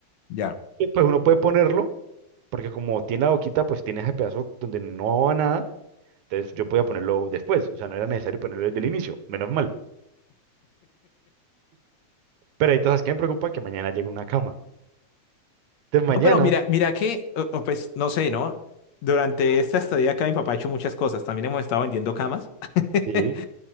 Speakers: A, on the left; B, on the right.
A: Ya.
B: Sí. Pues uno puede ponerlo, porque como tiene la boquita, pues tiene ese pedazo donde no va nada, entonces yo podía ponerlo después, o sea, no era necesario ponerlo desde el inicio, menos mal. Pero ahí entonces, ¿qué me preocupa? Que mañana llegue una cama. Entonces
A: No,
B: mañana,
A: pero mira, mira que, o- o pues no sé, ¿no? Durante esta estadía acá mi papá ha hecho muchas cosas. También hemos estado vendiendo camas. <laughs>
B: sí,